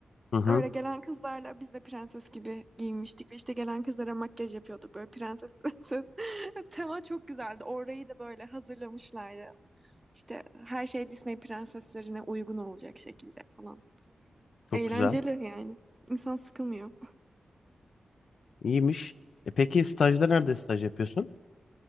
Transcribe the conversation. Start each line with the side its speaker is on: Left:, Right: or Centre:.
Left: Hı hı.
Right: Öyle gelen kızlarla biz de prenses gibi giyinmiştik ve işte gelen kızlara makyaj yapıyorduk böyle prenses prenses. <laughs> Tema çok güzeldi. Orayı da böyle hazırlamışlardı. İşte her şey Disney prenseslerine uygun olacak şekilde falan.
Left: Çok
Right: Eğlenceli
Left: güzel.
Right: yani. İnsan sıkılmıyor.
Left: İyiymiş. E peki stajda nerede staj yapıyorsun?